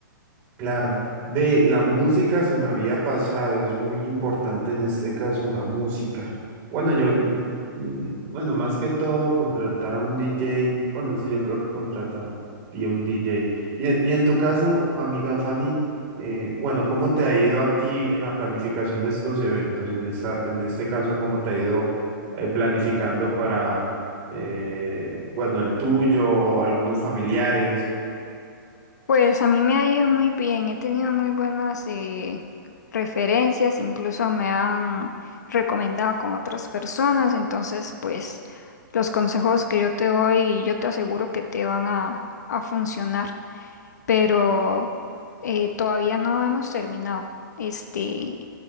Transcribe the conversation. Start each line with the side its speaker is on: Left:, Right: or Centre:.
Right: Claro, ve, la música se me había pasado, es muy importante en este caso la música. Bueno, yo, mm, mm, bueno, más que todo contratar a un DJ, bueno, sí, yo creo que contratar y a un DJ. Y, e- y en tu caso, amiga Fanny, eh, bueno, ¿cómo te ha ido a ti en la planificación de estos eventos? En esta, en este caso, ¿cómo te ha ido eh, planificando para, eh, bueno, el tuyo o algunos familiares?
Left: Pues a mí me ha ido muy bien, he tenido muy buenas eh, referencias, incluso me han recomendado con otras personas, entonces pues los consejos que yo te doy, yo te aseguro que te van a, a funcionar, pero eh, todavía no hemos terminado. Este,